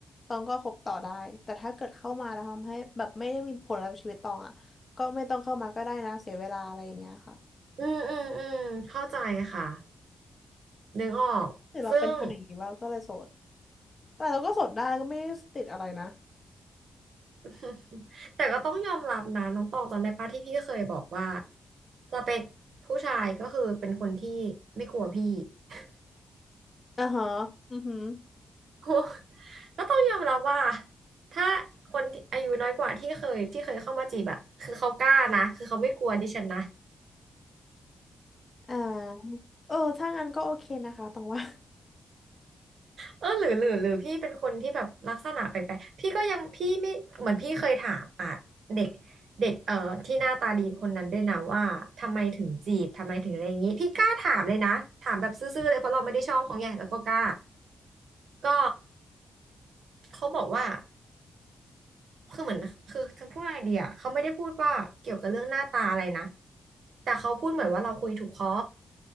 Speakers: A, on the left (about 35°); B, on the right (about 75°).
A: ตองก็คบต่อได้แต่ถ้าเกิดเข้ามาแล้วทำให้แบบไม่ได้มีผลอะไรกับชีวิตตองอ่ะก็ไม่ต้องเข้ามาก็ได้นะเสียเวลาอะไรอย่างเงี้ยค่ะ
B: <laughs> อืมอืมอืมเข้าใจค่ะ นึกออก
A: หรือเราเป็นคนอย่างนี้ว่าก็เลยโสด
B: ซึ่ง
A: แต่เราก็โสดได้ก็ไม่ได้ติดอะไรนะ
B: <laughs> แต่ก็ต้องยอมรับนะน้องตองจำได้ปะที่พี่เคยบอกว่าสเปคผู้ชายก็คือเป็นคนที่ไม่กลัวพี่ <laughs>
A: อ่าฮะอือหือ
B: โอ้ก็ต้องยอมรับว่าถ้าคนที่อายุน้อยกว่าที่เคยที่เคยเข้ามาจีบอะคือเขากล้านะคือเขาไม่กลัวดิฉันนะ
A: อ่าเออถ้างั้นก็โอเคนะคะตองว่า
B: เออหรือหรือหรือพี่เป็นคนที่แบบลักษณะแปลกๆพี่ก็ยังพี่ไม่เหมือนพี่เคยถามอ่ะเด็กเด็กเอ่อที่หน้าตาดีคนนั้นด้วยนะว่าทำไมถึงจีบทำไมถึงอะไรอย่างนี้พี่กล้าถามเลยนะถามแบบซื่อๆเลยเพราะเราไม่ได้ชอบเขาไงแล้วก็กล้าก็เขาบอกว่าคือเหมือนคือจะพูดไอเดียเขาไม่ได้พูดว่าเกี่ยวกับเรื่องหน้าตาอะไรนะแต่เขาพูดเหมือนว่าเราคุยถูกคอ